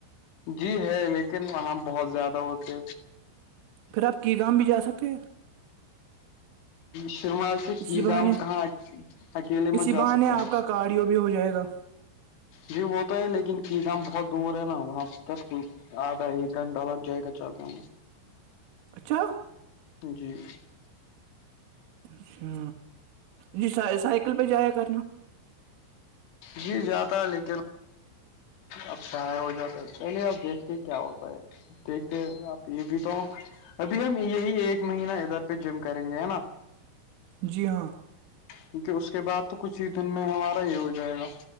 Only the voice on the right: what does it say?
پھر آپ کی گم بھی جا سکتے
اسی
بہانے
اسی
بہانے
آپ
کا کارڈیو بھی ہو جائے گا
اچھا
اچھا جی سائیکل پہ جایا کرنا
جی ہاں